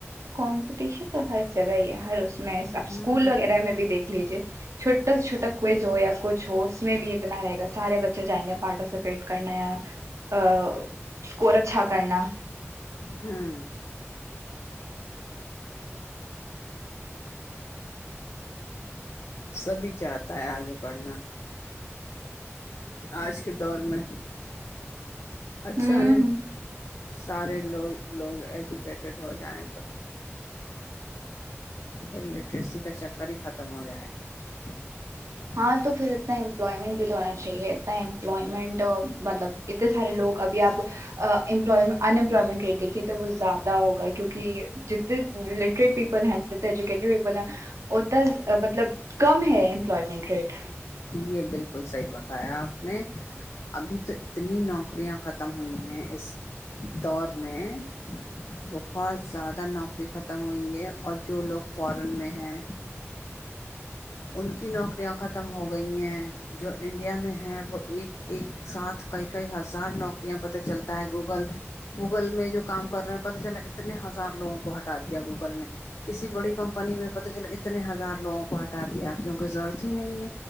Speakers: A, on the right; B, on the left.
A: کمپٹیشن تو ہر جگہ ہی ہے ہر اس میں اسکول
B: ہوں
A: وغیرہ میں بھی دیکھ لیجیے چھوٹا سا چھوٹا کوئز ہو یا کچھ ہو اس میں بھی اتنا رہے گا سارے بچے جائیں گے پارٹیسپیٹ کرنے یا ا اسکور اچھا کرنا
B: ہوں سبھی چاہتا ہے آگے بڑھنا آج کے دور میں اچھا
A: ہوں
B: ہے سارے لوگ لوگ ایجوکیٹڈ ہو جائیں تو ال لٹریسی کا چکر ہی ختم ہو جائے گا <inaudible>
A: ہاں تو پھر اتنا امپلائمنٹ بھی تو ہونا چاہیے اتنا امپلائمنٹ مطلب اتتے سارے لوگ ابھی آب امپلایمنٹ ان امپلائمنٹ ریٹ دیکھیے تو وہ زیادہ ہوگا کیونکہ جتنے لٹریٹ پیپل ہیں جتنے ایجوکٹڈ پیپل ہیں ات مطلب کم ہے امپلائمنٹ ریٹ
B: یہ بالکل صحیح بتایا آپ نے ابھی تو اتنی نوکریاں ختم ہوئی ہیں اس دور میں بہت زیادہ نوکری ختم ہوئی ہے اور جو لوگ فورن میں ہیں ان کی نوکریاں ختم ہو گئی ہیں جو انڈیا میں ہے وہ ایک ایک ساتھ کئی کئی ہزار نوکریاں پتہ چلتا ہے گوگل گوگل میں جو کام کر رہے ہیں پت چلا اتنے ہزار لوگوں کو ہٹا دیا گوگل نے اسی بڑی کمپنی میں پتہ چلا اتنے ہزار لوگوں کو ہٹا دیا کیوںکہ ضرورت ہی نہیں ہے